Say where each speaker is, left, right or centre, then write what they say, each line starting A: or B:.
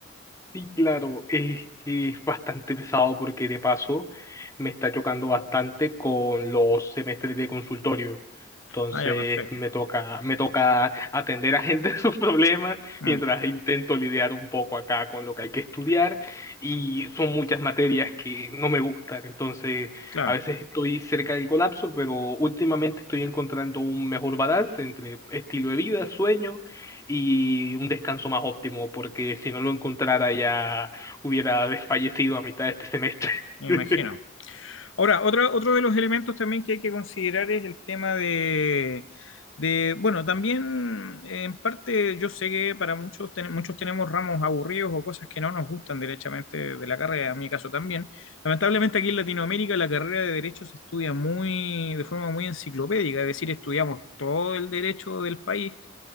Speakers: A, on the left; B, on the left.
A: Sí, claro, es, es bastante pesado porque de paso me está chocando bastante con los semestres de consultorio. Entonces
B: Ah, ya, perfecto.
A: me toca, me toca atender a gente <laughs> sus problemas
B: Mm,
A: mientras intento lidiar un poco acá con lo que hay que estudiar y son muchas materias que no me gustan. Entonces
B: claro,
A: a veces estoy cerca del colapso, pero últimamente estoy encontrando un mejor balance entre estilo de vida, sueño y un descanso más óptimo, porque si no lo encontrara ya hubiera desfallecido a mitad de este semestre.
B: me
A: <laughs>
B: imagino. Ahora, otra, otro de los elementos también que hay que considerar es el tema de, de, bueno, también eh, en parte yo sé que para muchos, ten- muchos tenemos ramos aburridos o cosas que no nos gustan derechamente de la carrera, en mi caso también. Lamentablemente aquí en Latinoamérica la carrera de derecho se estudia muy, de forma muy enciclopédica, es decir, estudiamos todo el derecho del país